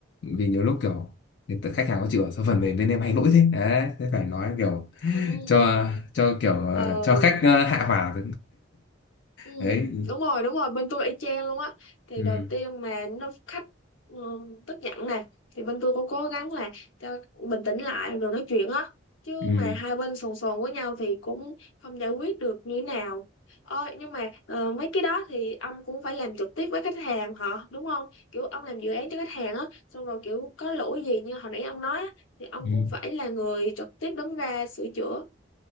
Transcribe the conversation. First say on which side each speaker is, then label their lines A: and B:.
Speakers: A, on the left; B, on the left.
A: vì nhiều lúc kiểu người ta, khách hàng khó chịu "Ở sao phần mềm bên em hay lỗi thế đấy thế phải nói kiểu
B: ừ
A: cho cho kiểu ờ,
B: ờ
A: cho khách ờ, hạ hỏa
B: ừ
A: <laughs> đấy
B: đúng rồi đúng rồi bên tôi y chang luôn á thì
A: ừ. Ừ.
B: đầu tiên mà nó khách ừ, tức giận nè thì bên tôi cũng cố gắng là cho bình tĩnh lại rồi nói chuyện á chứ
A: Ừ.
B: mà hai bên sồn sồn với nhau thì cũng không giải quyết được như thế nào ờ nhưng mà ờ, mấy cái đó thì ông cũng phải làm trực tiếp với khách hàng họ đúng không kiểu ông làm dự án cho khách hàng á xong rồi kiểu có lỗi gì như hồi nãy ông nói á thì ông
A: Ừ.
B: cũng phải là người trực tiếp đứng ra sửa chữa